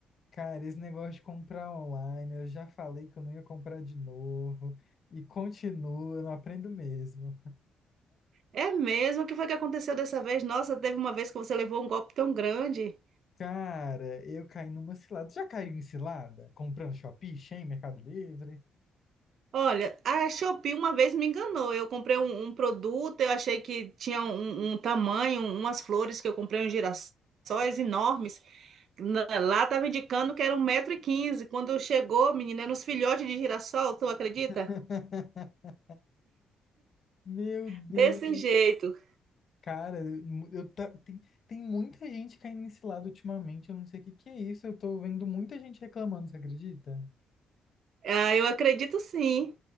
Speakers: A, on the left (about 50°); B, on the right (about 65°).
A: Cara, esse negócio de comprar online, eu já falei que eu não ia comprar de novo, e continua, eu não aprendo mesmo.
B: É mesmo, o que foi que aconteceu dessa vez? Nossa, teve uma vez que você levou um golpe tão grande.
A: Cara, eu caí numa cilada. Já caiu em cilada? Comprando Shopee, Shein, Mercado Livre?
B: Olha, a Shopee uma vez me enganou. Eu comprei um, um produto, eu achei que tinha um, um um tamanho, umas flores que eu comprei, uns girassóis enormes. Na- Lá estava indicando que era um metro e quinze, Quando chegou, menina, eram uns filhotes de girassol, tu acredita?
A: <laughs> Meu Deus.
B: Desse jeito.
A: Cara, eu tá, tem, tem muita gente caindo nesse lado ultimamente, eu não sei o que que é isso, eu tô vendo muita gente reclamando, você acredita?
B: Ah, eu acredito sim,